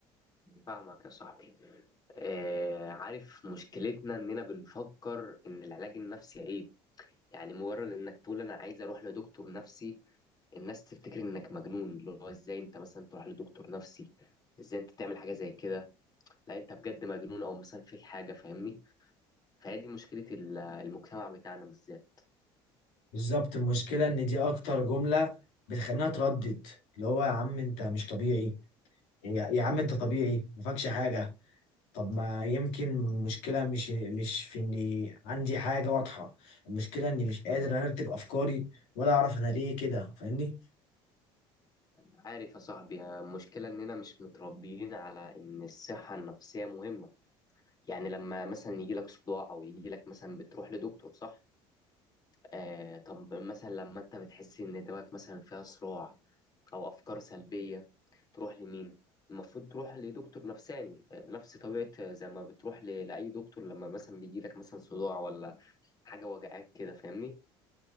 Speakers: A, on the left; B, on the left.
A: فاهمك يا صاحبي اه عارف مشكلتنا اننا بنفكر ان العلاج النفسي عيب يعني مجرد انك تقول انا عايز اروح لدكتور نفسي الناس تفتكر انك مجنون اللي هو ازاي انت مثلا تروح لدكتور نفسي ازاي انت تعمل حاجه زي كده لا انت بجد مجنون او مثلا في حاجه فاهمني فهي دي مشكله ال- المجتمع بتاعنا بالذات
B: بالظبط المشكلة إن دي أكتر جملة بتخلينا تردد اللي هو يا عم أنت مش طبيعي يا يا عم أنت طبيعي مفكش حاجة طب ما يمكن المشكلة مش مش في إني عندي حاجة واضحة المشكلة إني مش قادر أرتب أفكاري ولا أعرف أنا ليه كده فاهمني؟
A: عارف يا صاحبي المشكله اننا مش متربيين على ان الصحه النفسيه مهمه يعني لما مثلا يجي لك صداع او يجي لك مثلا بتروح لدكتور صح آه طب مثلا لما انت بتحس ان دماغك مثلا فيها صراع او افكار سلبيه تروح لمين المفروض تروح لدكتور نفساني بنفس طبيعه زي ما بتروح ل- لاي دكتور لما مثلا بيجي لك مثلا صداع ولا حاجه وجعاك كده فاهمني